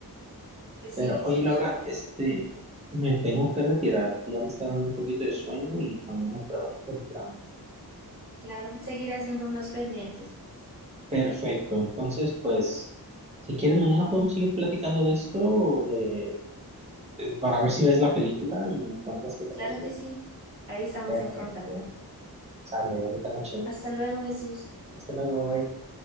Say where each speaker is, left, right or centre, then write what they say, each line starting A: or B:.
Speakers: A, on the right; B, on the right.
A: Pues
B: Pero,
A: sí, Jesús.
B: oye, Laura, este, me tengo que retirar. Ya me está dando un poquito de sueño y mañana trabajo temprano.
A: Claro, seguiré haciendo unos pendientes.
B: Perfecto, entonces pues si quieres mañana podemos seguir platicando de esto, de, de- para ver si ves la película y me cuentas qué te
A: Claro
B: pareció.
A: que sí. Ahí estamos
B: Perfecto,
A: en contacto.
B: sale, bonita noche.
A: Hasta luego, Jesús.
B: Hasta luego, bye.